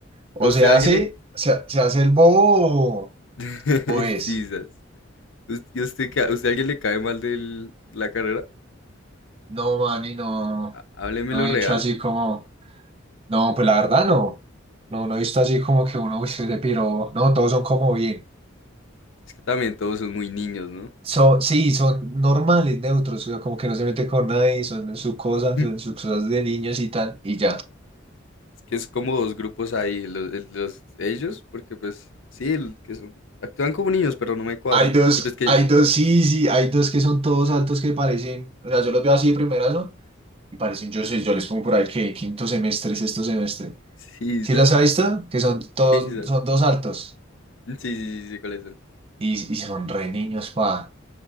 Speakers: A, on the right (about 30°); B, on the left (about 70°).
A: O
B: a usted
A: se hace,
B: alguien le.
A: se, se hace el bobo o,
B: <laughs>
A: o es.
B: Sí, sas. Us- ¿Y usted, qué- usted alguien le cae mal de la carrera?
A: No, mani, no.
B: Há- Hábleme
A: No
B: lo
A: he dicho
B: real.
A: así como, no, pues la verdad no. No, no he visto así como que uno, uy, soy de piro. No, todos son como bien.
B: Es que también todos son muy niños, ¿no?
A: Son, sí, son normales, neutros, o sea, como que no se meten con nadie, son en su cosa,
B: <laughs>
A: son en sus cosas de niños y tal, y ya.
B: Es que es como dos grupos ahí, los, el- los- ellos, porque pues sí, el que son, actúan como niños, pero no me cuadra.
A: Hay dos,
B: Y pues que,
A: hay dos, sí, sí, hay dos que son todos altos que parecen, o sea, yo los veo así de primeras, ¿no? Y parecen, yo sé, yo les pongo por ahí que quinto semestre, sexto semestre.
B: sí,
A: ¿Sí
B: sas.
A: los ha visto? Que son todos,
B: Sí, quizás.
A: son dos altos.
B: Sí, sí, sí, sí, cuáles son.
A: Y, y son re niños, pa.